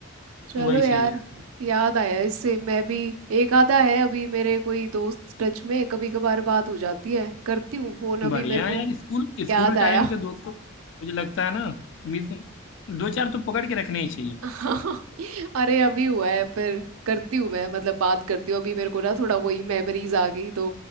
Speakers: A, on the right; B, on the left.
A: चलो
B: हैं वही
A: यार
B: चीज है
A: याद आया इससे मैं भी एक आधा है अभी मेरे कोई दोस्त टच में कभी कभार बात हो जाती है करती हूँ फोन अभी
B: बढ़िया
A: मेरे को
B: है यार स्कूल
A: याद
B: स्कूल
A: आया
B: टाइम के दोस्तों को मुझे लगता है ना मिस दो चार तो पकड़ के रखने ही चाहिए
A: <laughs> अरे अभी हुआ है पर करती हूँ मैं मतलब बात करती हूँ अभी मेरे को ना थोड़ा वही मेमोरीज आ गई तो